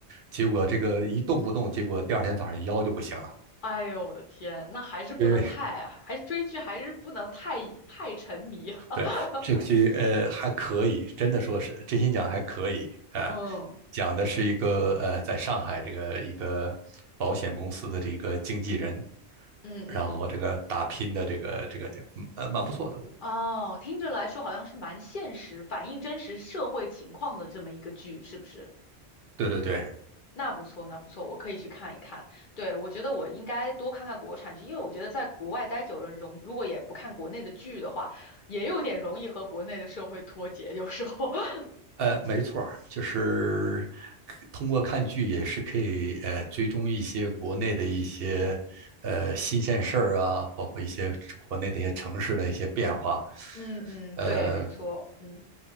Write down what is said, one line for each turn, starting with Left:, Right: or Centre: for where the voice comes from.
Right: 结果这个一动不动，结果第二天早上腰就不行了，
Left: 哎呦我的天，那还是不能太，
Right: 因为
Left: 还是追剧还是不能太太沉迷哈。
Right: 对，
Left: <laughs>
Right: 这个剧呃还可以，真的说是真心讲还可以啊、
Left: 嗯
Right: 讲的是一个呃在上海这个一个保险公司的这个经纪人，
Left: 嗯嗯，
Right: 然后这个打拼的这个这个点，嗯呃蛮不错的。
Left: 哦，听着来说好像是蛮现实，反映真实社会情况的这么一个剧，是不是？
Right: 对对对，
Left: 那不错，那不错，我可以去看一看。对，我觉得我应该多看看国产剧，因为我觉得在国外待久了，容如果也不看国内的剧的话，也有点容易和国内的社会脱节，有时候。<laughs>
Right: 呃没错儿，就是通过看剧也是可以呃追踪一些国内的一些呃新鲜事儿啊，包括一些国内的一些城市的一些变化。
Left: 嗯嗯，
Right: 呃，
Left: 对，没错，嗯。